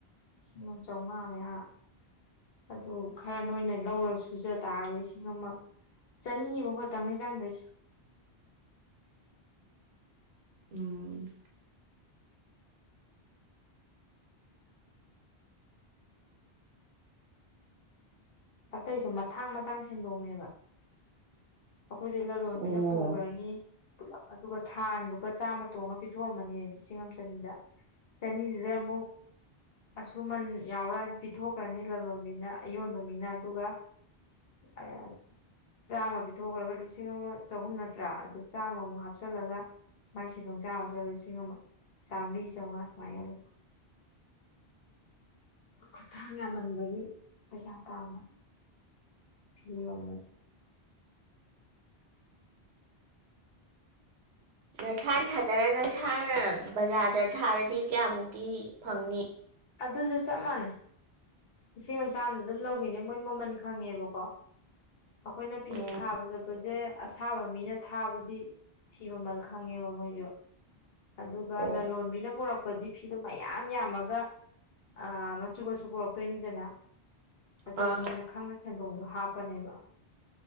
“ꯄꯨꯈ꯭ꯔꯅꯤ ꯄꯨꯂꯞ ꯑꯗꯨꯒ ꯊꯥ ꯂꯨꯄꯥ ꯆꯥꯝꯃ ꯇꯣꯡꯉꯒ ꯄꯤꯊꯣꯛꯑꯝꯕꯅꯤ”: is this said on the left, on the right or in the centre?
Left